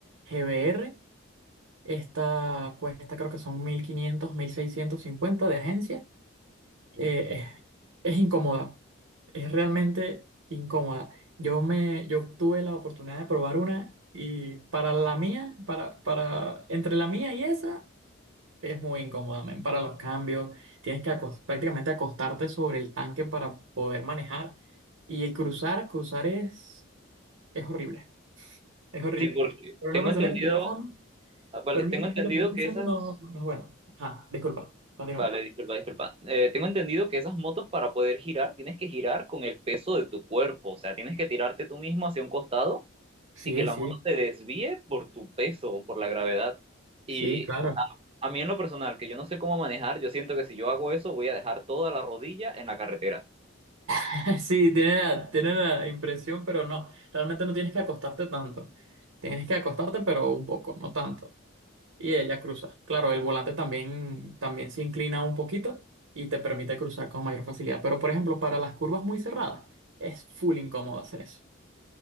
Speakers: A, on the right (about 80°); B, on the right (about 25°).
A: GBR. Esta cuesta creo que son mil mil quinientos mil seiscientos cincuenta de agencia eh, es, es incómoda, es realmente incómoda. Yo me, yo tuve la oportunidad de probar una y para la mía, para, para, entre la mía y esa, es muy incómoda, men, para los cambios. Tienes que acos- prácticamente acostarte sobre el tanque para poder manejar y cruzar, cruzar es, es horrible, es horrible.
B: Sí, porque
A: Pero
B: tengo
A: una persona
B: entendido,
A: que esté empezando,
B: ah, vale,
A: pero
B: tengo
A: una persona
B: entendido
A: que esté empezando
B: que esas
A: no, no es bueno. Ajá, disculpa, continúa.
B: Vale, disculpa, disculpa. Eh, tengo entendido que esas motos para poder girar tienes que girar con el peso de tu cuerpo, o sea, tienes que tirarte tú mismo hacia un costado
A: Sí,
B: y que la
A: sí,
B: moto se desvíe por tu peso o por la gravedad.
A: sí,
B: Y
A: claro.
B: a, a mí en lo personal, que yo no sé cómo manejar, yo siento que si yo hago eso voy a dejar toda la rodilla en la carretera.
A: <laughs> Sí, tiene la, tiene la impresión, pero no. Realmente no tienes que acostarte tanto. Tienes que acostarte, pero un poco, no tanto. Y ella cruza. Claro, el volante también, también se inclina un poquito y te permite cruzar con mayor facilidad. Pero, por ejemplo, para las curvas muy cerradas, es full incómodo hacer eso.